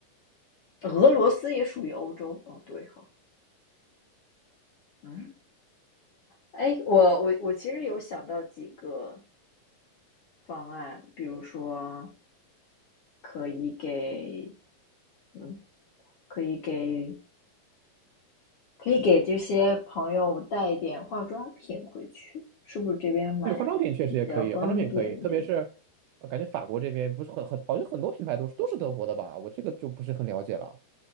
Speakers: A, on the left; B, on the right.
A: 俄罗斯也属于欧洲。哦，对哈，嗯。哎，我我我其实有想到几个方案，比如说可以给，嗯，可以给，可以给这些朋友带一点化妆品回去，是不是这边买比较方便一点
B: 对，化妆品确实也可以，化妆品可以，特别是呃感觉法国这边不是很很好像很多品牌都是都是德国的吧？我这个就不是很了解了，